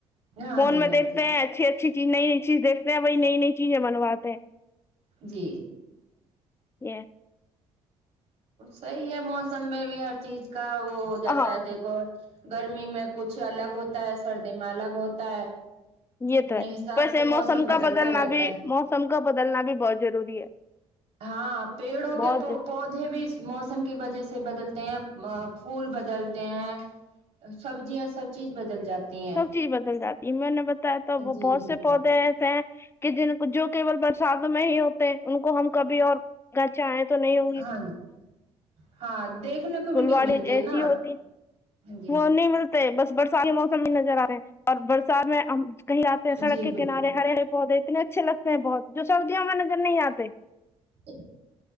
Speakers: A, on the right; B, on the left.
A: ہاں
B: فون
A: جی
B: میں
A: ہاں
B: دیکھتے
A: جی
B: ہیں اچھی اچھی جی نئی نئی چیز دیکھتے ہیں وہی نئی نئی چیزیں بنواتے ہیں
A: جی
B: یہ
A: صحی ہے موسم میں بھی ہر چیز کا وہ ہو جاتا
B: ہاں
A: ہے دیکھو گرمی میں کچھ الگ ہوتا ہے سردی میں الگ ہوتا ہے
B: یہ
A: اپنے
B: تو ہے
A: حساب
B: ویسے
A: سے موسم
B: کا
A: بدلتا
B: بدلنا
A: رہتا
B: بھی
A: ہے
B: موسم کا بدلنا بھی بہت ضروری ہے
A: ہاں پیڑوں
B: بہت
A: کے پو پودے بھی موسم کی وجہ سے بدلتے ہیں با پھول بدلتے ہیں سبزیاں سب چیز بدل جاتی ہیں
B: سب چیز بدل جاتی ہے میں نے بتایا تو
A: جی
B: بہت
A: بالکل
B: سے پودے ایسے ہیں کہ جن کو جو کیول برسات میں ہی ہوتے ہیں ان کو ہم کبھی اور اگر چاہے تو نہیں ہوں گی
A: ہاں جی ہاں دیکھنے کو
B: پھلواڑے
A: بھی نہیں ملتے
B: ایسی
A: نا
B: ہوتی
A: جی
B: وہ نہیں ملتی بس برسات کے موسم بھی نظر آ رہے ہیں اور برسات میں ہم کہیں آتے ہیں سڑک
A: جی
B: کے
A: بالکل
B: کنارے ہرے ہرے پودے اتنے اچھے لگتے ہیں بہت جو سردیوں میں نظر نہیں آتے
A: ا